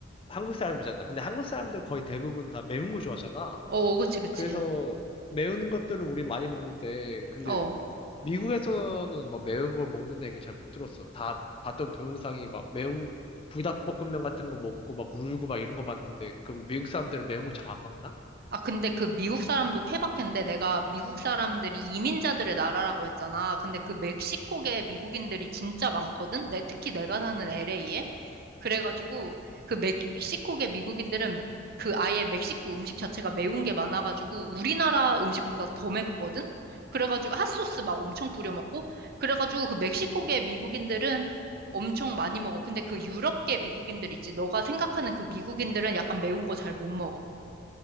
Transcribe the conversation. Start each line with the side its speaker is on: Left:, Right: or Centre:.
Left: 한국 사람이잖아. 근데 한국 사람들 거의 대부분 다 매운 거 좋아하잖아.
Right: 어, 그치, 그치.
Left: 그래서 매운 것들을 우리 많이 먹는데 근데
Right: 어.
Left: 미국에서는 뭐 매운 걸 먹는 얘기 잘 못 들었어. 다 봤던 동영상이 막 매운 불닭볶음면 같은 거 먹고 막 울고 막 이런 거 봤는데 그럼 미국 사람들은 매운 거 잘 안 먹나?
Right: 아, 근데 그 미국 사람도 케바케인데 내가 미국 사람들이 이민자들의 나라라고 했잖아. 근데 그 멕시코계 미국인들이 진짜 많거든? 내, 특히 내가 사는 LA에. 그래가지고 그 멕시코계 미국인들은 그 아예 멕시코 음식 자체가 매운 게 많아가지고 우리나라 음식보다 더 맵거든? 그래가지고 핫소스 막 엄청 뿌려 먹고. 그래가지고 그 멕시코계 미국인들은 엄청 많이 먹어. 근데 그 유럽계 미국인들 있지. 너가 생각하는 그 미국인들은 약간 매운 거 잘 못 먹어.